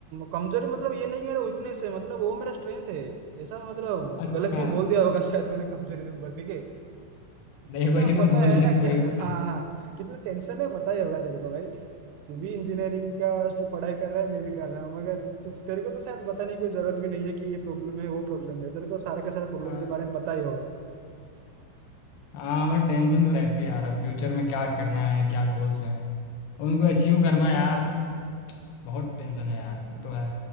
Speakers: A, on the right (about 80°); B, on the left (about 75°).
A: कमजोरी मतलब ये नहीं मेरा वीकनेस है मतलब वो मेरा स्ट्रेंथ है ऐसा मतलब
B: अच्छा
A: गलत में बोल दिया होगा शायद मैंने कमजोरी तुम बोलती के
B: नहीं
A: मतलब
B: भाई तुम
A: पता
B: बोल
A: है
B: लेते
A: ना क्या
B: वही
A: <laughs> हाँ
B: बता
A: हाँ कितना टेंशन है पता ही होगा तेरे को भाई तू भी इंजीनियरिंग का stu- पढ़ाई कर रहा है मैं भी कर रहा हूँ मगर तो तेरे को तो शायद बताने की कोई जरूरत भी नहीं है कि ये प्रॉब्लम है वो प्रॉब्लम है तेरे को सारे के सारे प्रॉब्लम
B: हाँ
A: के बारे में पता ही होगा
B: हाँ, मतलब टेंशन तो रहती है यार फ्यूचर में क्या करना है क्या गोल्स हैं उनको अचीव करना यार बहुत टेंशन है यार ये तो है